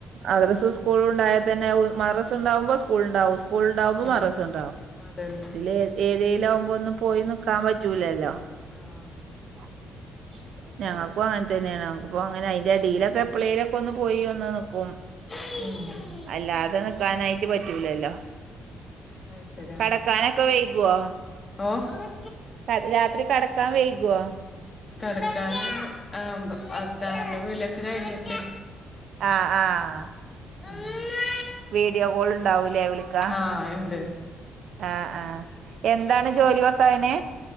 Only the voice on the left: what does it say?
ഉം
അതന്നെ
ആഹ്
ഉം
അയ്ശെരി
ആഹ് ഓ
കടക്കാൻ ആംബ ഭർത്തവിന്റെ വിളിയൊക്കെ കഴിഞ്ഞിട്ട്
ഉമ്മ ഹ
ആഹ് ഇണ്ട്